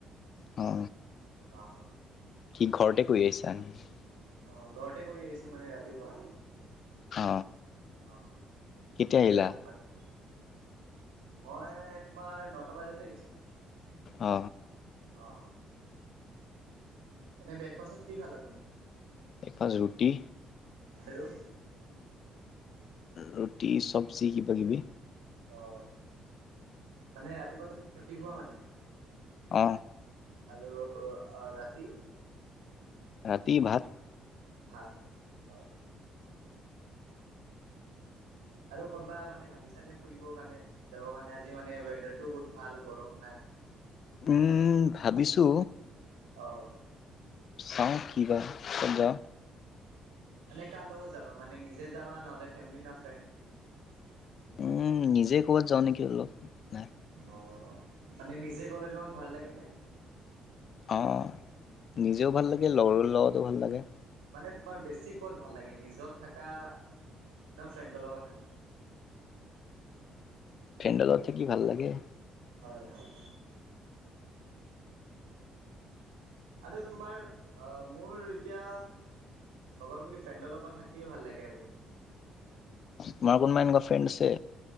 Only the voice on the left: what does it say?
অ
কি ঘৰতে কৰি আহিছা নি
অ
কেতিয়া
আহিলা?
অ
এখন ৰুটি
ৰুটি, চবজি কিবা কিবি
অ
ৰাতি ভাত
উম ভাবিছো
চাওঁ কি বা ক'ত যাওঁ
উম নিজে ক'বাত যাওঁ নেকি অলপ নাই
অ নিজেও ভাল লাগে লগৰৰ লগতো ভাল লাগে।
ফ্ৰেণ্ডৰ লগত থাকি ভাল লাগে।
তোমাৰ কোনোবা এনেকুৱা ফ্ৰেণ্ড আছে